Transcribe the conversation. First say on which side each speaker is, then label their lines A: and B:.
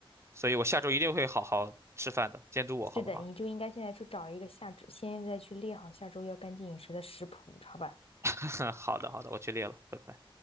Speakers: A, on the right (about 30°); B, on the left (about 85°).
A: 所以我下周一定会好好吃饭的，监督我好不好？
B: 是的，你就应该现在去找一个下周，现在去列好下周要干净饮食的食谱，好吧？
A: <laughs> 好的，好的，我去列了。拜拜。